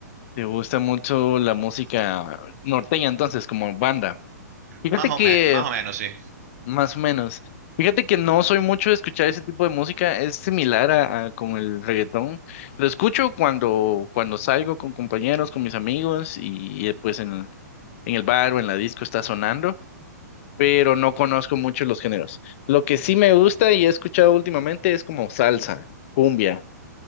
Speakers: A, on the left; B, on the right.
A: Te gusta mucho la música norteña, entonces, como banda. Fíjate
B: Más o,
A: que,
B: me- más o menos, sí.
A: más o menos, fíjate que no soy mucho de escuchar ese tipo de música, es similar a, a con el reggaetón. Lo escucho cuando, cuando salgo con compañeros, con mis amigos y, eh, pues en, el- en el bar o en la disco está sonando, pero no conozco mucho los géneros. Lo que sí me gusta y he escuchado últimamente es como salsa, cumbia,